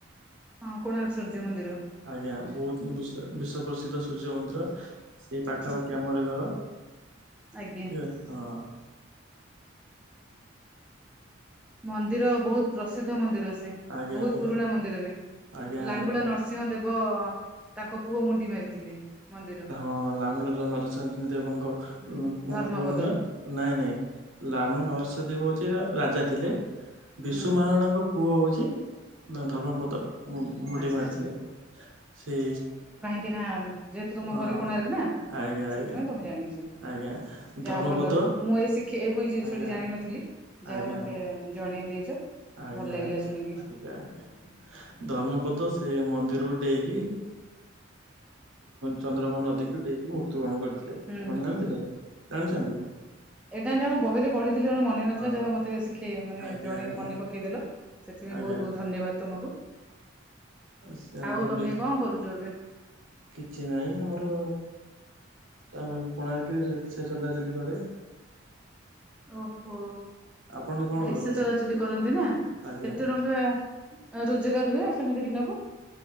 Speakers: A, in the centre; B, on the right (about 80°).
A: ହଁ କୋଣାର୍କ ସୂର୍ଯ୍ୟମନ୍ଦିର।
B: ଆଜ୍ଞା ବହୁତ ବିଶ୍ଵ ବିଶ୍ଵ ପ୍ରସିଦ୍ଧ ସୂର୍ଯ୍ୟ ମନ୍ଦିର। ସେଇ ପାଖାପାଖି
A: ହୁଁ,
B: ଆମରି ଘର।
A: ଆଜ୍ଞା।
B: କେ ହଁ।
A: ମନ୍ଦିର ବହୁତ ପ୍ରସିଦ୍ଧ ମନ୍ଦିର ସେ
B: ଆଜ୍ଞା
A: ବହୁତ,
B: ଆଜ୍ଞା
A: ପୁରୁଣା ମନ୍ଦିର ବି
B: ଆଜ୍ଞା
A: ଲାଙ୍ଗୁଳା
B: ଆଜ୍ଞା।
A: ନ ସିଂହ ଦେବ ତାଙ୍କ ପୁଅ ମୁଣ୍ଡି ମାରିଥିଲେ। ମନ୍ଦିର।
B: ହଁ ଲାଙ୍ଗୁଳ ନରସିଂହ ଦେବଙ୍କ
A: ହୁଁ ଧର୍ମପଦ
B: ପୁଅ ନୁହେଁ ନାଇଁ ନାଇଁ ଲାଙ୍ଗୁଳ ନରସିଂହ ଦେବ ହେଉଛି ରାଜା ଥିଲେ, ବିଶୁ
A: ହୁଁ
B: ମହାରଣାଙ୍କ ପୁଅ ହଉଛି ନା ଧର୍ମପଦ ମୁଣ୍ଡି
A: ଆଚ୍ଛା
B: ମାରିଥିଲେ
A: ଆଚ୍ଛା
B: ସେ
A: କି ନା ଉଁ ଯେହେତୁ ତମ
B: ହଁ
A: ଘର କୋଣାର୍କ ନା
B: ଆଜ୍ଞା ଆଜ୍ଞା
A: ସେଥିପାଇଁ ତମେ ଜାଣିଛ,
B: ଆଜ୍ଞା
A: ଯାହା
B: ଧର୍ମପଦ
A: ହଉ ଭଲ ମୁଁ ଏ ଶି ଏ ମୁଁ ଏ ଜିନିଷଟି
B: ଆଜ୍ଞା
A: ଜାଣିନଥିଲି ଯାହା
B: ଆଜ୍ଞା
A: ହଉ ମତେ ଜଣେଇ ଦେଇଛ।
B: ଆଜ୍ଞା
A: ଭଲ ଲାଗିଲା ଶୁଣିକି
B: ଆଜ୍ଞା ଆଜ୍ଞା ଧର୍ମପଦ ସେ ମନ୍ଦିରକୁ ଡେଇଁକି ଚନ୍ଦ୍ରଭୋନ ନଦୀକୁ ଡେଇଁକି ମୃତ୍ୟୁବରଣ କରିଥିଲେ
A: ହୁଁ
B: ଆପଣ ଜାଣିଥିଲେ, ଜାଣିଛନ୍ତି?
A: ଏଟା ଏଟାଁ ମୁଁ ବହିରେ ପଢିଥିଲି ଜଣେ ମ ମନେ ନଥିଲା
B: ହଁ
A: ଯାହା ହଉ ମତେ ଶିଖେଇ ମାନେ
B: ଆଜ୍ଞା
A: ଜଣେଇ
B: ଆଜ୍ଞା
A: ମନେ ପକେଇଦେଲ ସେଥିପାଇଁ
B: ଆଜ୍ଞା
A: ବହୁତ ବହୁତ ଧନ୍ୟବାଦ ତମକୁ।
B: ସେ ଆମର
A: ଆଉ ତମେ
B: ବି
A: କଣ କରୁଛ ଏବେ?
B: କିଛି ନାହିଁ ଆମର କେଣାର୍କରେ ରିକ୍ସା ଚଲାଚଲି କରେ।
A: ଓହୋ
B: ଆପଣ କଣ
A: ରିକ୍ସା
B: କରନ୍ତି?
A: ଚଲାଚଲି କରନ୍ତି ନା
B: ଆଜ୍ଞା
A: କେତେ ଟଙ୍କା ରୋଜଗାର ହୁଏ ସେମିତି ଦିନକୁ?